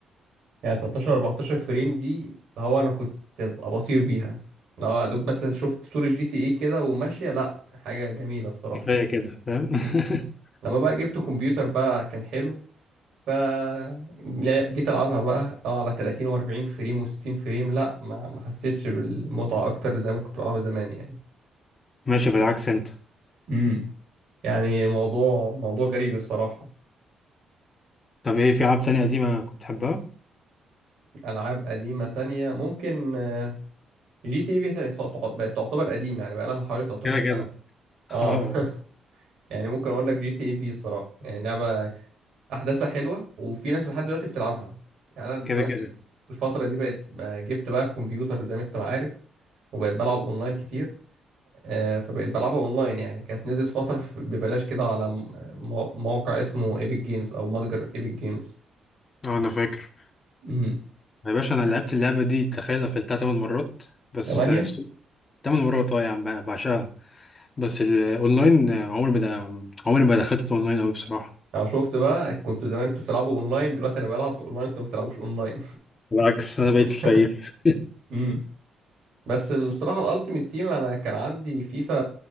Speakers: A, on the right; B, on the left.
A: يعني 13 14 فريم دي اللي هو انا كنت ببقى بطير بيها لو يا دوب بس شفت صوره جي تي اي كده وماشيه لا حاجه جميله الصراحه
B: كفاية كده فاهم
A: مم.
B: <laughs>
A: لما بقى جبت كمبيوتر بقى كان حلو ف لا- جيت العبها بقى اه على 30 و40 فريم و60 فريم لا ما ما حسيتش بالمتعه اكتر زي ما كنت بلعبها زمان يعني
B: ماشي بالعكس أنت
A: امم يعني الموضوع موضوع غريب الصراحه
B: طب إيه في ألعاب تانية قديمة كنت بتحبها؟
A: العاب قديمه تانية ممكن آه، جي تي اي في تعت- بقت تعتبر قديمه يعني بقى لها حوالي 13
B: كده
A: سنه
B: كده
A: اه
B: اه
A: <laughs> يعني ممكن اقول لك جي تي اي في الصراحه يعني لعبه احداثها حلوه وفي ناس لحد دلوقتي بتلعبها يعني انا دلوقتي
B: كده <laughs> كده
A: الفتره دي بقت آه، جبت بقى كمبيوتر زي ما انت ما عارف وبقيت بلعب اونلاين كتير آه، فبقيت بلعبها اونلاين يعني كانت نزلت فترة ف- ببلاش كده على م- مو- موقع اسمه ايبك جيمز او متجر ايبك جيمز
B: اه أنا فاكر
A: امم
B: يا باشا أنا لعبت اللعبة دي تخيل قفلتها تمن مرات بس
A: تمانية
B: سو- تمن مرات اه يا عم بعشقها بس الأونلاين آه، عمري ما د- عمري ما دخلت في الأونلاين أوي بصراحة
A: انا شفت بقى كنتوا زمان انتوا بتلعبوا اونلاين دلوقتي انا بلعب اونلاين انتوا ما بتلعبوش اونلاين
B: بالعكس أنا
A: <laughs>
B: بقيت فقير
A: امم بس الصراحة الالتيميت تيم انا كان عندي فيفا